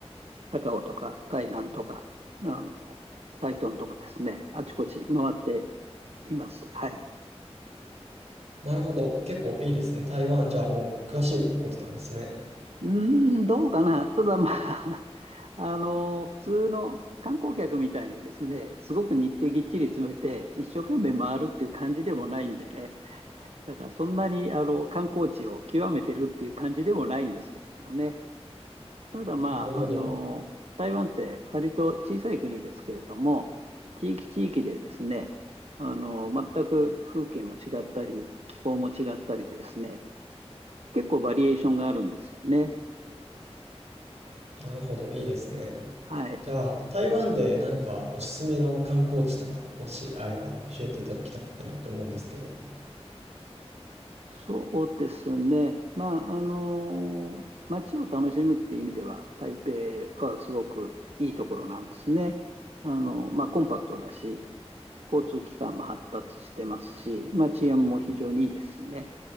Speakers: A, on the right (about 65°); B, on the right (about 80°).
A: 高雄とか台南とか、あのー台東とかですね、あちこち回っています。はい。
B: なるほど。結構いいですね。台湾、じゃあもう詳しいってことなんですね。
A: うーん、どうかな。ただまあ、<laughs> あの、普通の観光客みたいにですね、すごく日程ぎっちり詰めて、一生懸命回るっていう感じでもないんでね、だからそんなにあの観光地を極めてるっていう感じでもないんですけれどもね、ただまあ、
B: なるほど。
A: あの、台湾って割と小さい国ですけれども、地域地域でですね、あの、全く風景も違ったり、気候も違ったりですね、結構バリエーションがあるんですよね。
B: なるほど。いいですね。
A: はい。
B: じゃあ、台湾でなんかおすすめの観光地とか、もしあれば教えていただきたいなって思うんですけど。
A: そうですね。まあ、あの、街を楽しむっていう意味では、台北はすごくいいところなんですね。あの、まあ、コンパクトだし、交通機関も発達してますし、まあ、治安も非常にいいですしね。